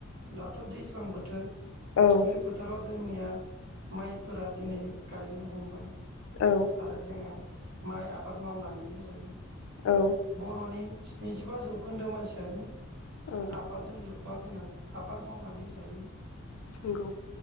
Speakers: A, on the right; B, on the left.
A: दाथ दैज्लां बोथोर
B: औ
A: दुब्लि फोथाराव ज जोंनिया माइ फोरा दिनै गायनो हमबाय।
B: औ
A: आरो जोङो माइ आबाद मावनानैनो जायो।
B: औ
A: बरनि स्निजिबा जौ खोन्दो मानसियानो
B: औ
A: आबाद जों लोबबाग आबाद मावनानै जायो।
B: नंगौ